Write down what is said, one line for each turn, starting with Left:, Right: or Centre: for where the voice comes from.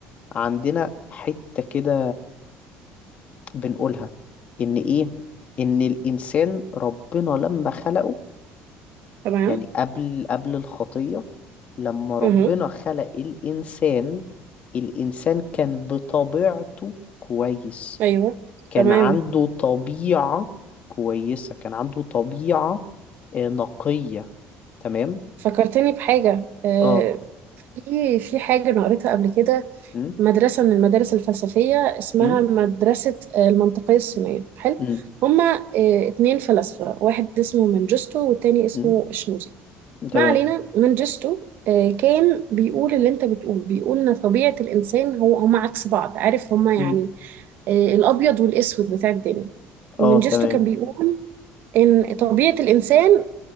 Left: عندنا حتة كده بنقولها إن إيه إن الإنسان ربنا لما خلقه
Right: تمام
Left: يعني قبل قبل الخطية لما ربنا
Right: امم
Left: خلق الإنسان الإنسان كان بطبيعته كويس
Right: ايوه
Left: كان
Right: تمام
Left: عنده طبيعة كويسة كان عنده طبيعة آه، نقية تمام
Right: فكرتني بحاجة آه،
Left: اه
Right: في في حاجة أنا قريتها قبل كده
Left: م?
Right: مدرسة من المدارس الفلسفية اسمها
Left: م?
Right: مدرسة آه، المنطقية الصينية حلو
Left: م?
Right: هما آه، اتنين فلاسفة واحد اسمه منجستو والتاني اسمه
Left: م?
Right: شنوزي
Left: تمام
Right: ما علينا منجستو آه، كان بيقول اللي انت بتقول بيقول ان طبيعة الانسان هو هما عكس بعض عارف هما يعني
Left: م?
Right: آه، الابيض والاسود بتاع الدنيا
Left: اه
Right: منجستو
Left: تمام
Right: كان بيقول إن طبيعة الإنسان